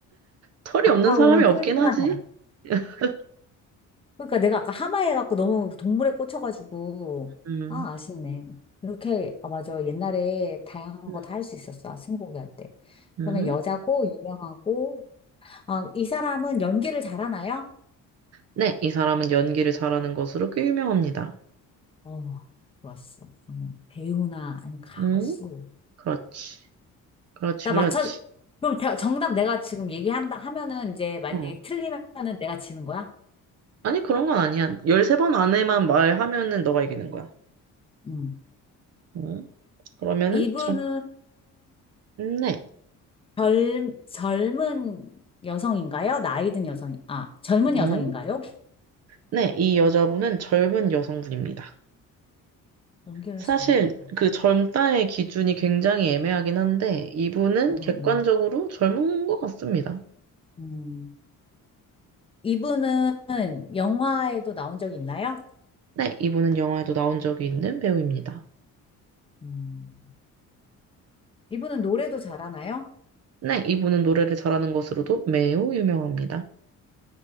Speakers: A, on the right; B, on the left.
A: 털이
B: 아까운
A: 없는 사람이 없긴
B: 포인트만
A: 하지.
B: 다
A: <laughs>
B: 그러니까 내가 아까 하마에 갖고 너무 동물에 꽂혀가지고
A: 응.
B: 아 아쉽네. 이렇게 아 맞아 옛날에 다양한
A: 응.
B: 거 다 할 수 있었어 아, 스무고개 할 때.
A: 응.
B: 그러면 여자고 유명하고 아 이 사람은 연기를 잘하나요?
A: 네, 이 사람은 연기를 잘하는 것으로 꽤 유명합니다.
B: 어 좋았어. 음, 배우나 아니 가수.
A: 응? 그렇지. 그렇지,
B: 나
A: 그렇지.
B: 맞춰 그럼 저- 정답 내가 지금 얘기한다 하면은 이제 만약에
A: 어.
B: 틀리면은 내가 지는 거야?
A: 아니, 그런 건 아니야. 13번 안에만 말하면은 너가 이기는 거야.
B: 음.
A: 응? 그러면은,
B: 이분은
A: 정, 네.
B: 젊, 젊은 여성인가요? 나이 든 여성, 아, 젊은
A: 응?
B: 여성인가요?
A: 네, 이 여자분은 젊은 여성분입니다.
B: 연기를
A: 사실
B: 잘한다.
A: 그 젊다의 기준이 굉장히 애매하긴 한데, 이분은
B: 음,
A: 객관적으로
B: 음,
A: 젊은 것 같습니다.
B: 음. 음. 이분은 영화에도 나온 적 있나요?
A: 네, 이분은 영화에도 나온 적이 있는 배우입니다.
B: 음. 이분은 노래도 잘하나요?
A: 네, 이분은 노래를 잘하는 것으로도 매우 유명합니다.